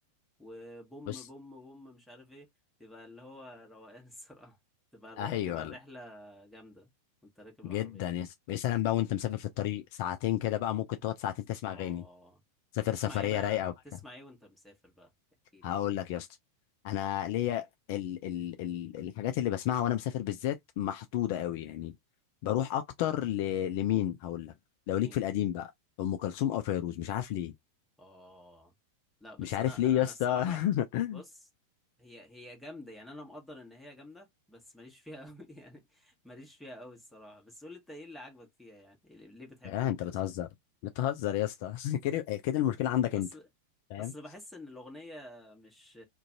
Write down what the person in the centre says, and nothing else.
وبوم
بوم بوم مش عارف ايه تبقى اللي هو روقان الصراحة <laughs> تبقى الر-
بتبقى الرحلة
جامدة وانت راكب
العربية
اه
تسمع
ايه بقى
تسمع ايه وانت مسافر بقى احكيلي
مين
اه لا بس
انا
انا
الصراحه
بص هي هي جامده يعني انا مقدر ان هي جامده بس ماليش فيها قوي <laughs> يعني ماليش فيها قوي الصراحه بس قول لي انت ايه اللي عاجبك فيها يعني إيه اللي- ليه بتحب
ام
كلثوم
اصل
اصل بحس ان الاغنيه مش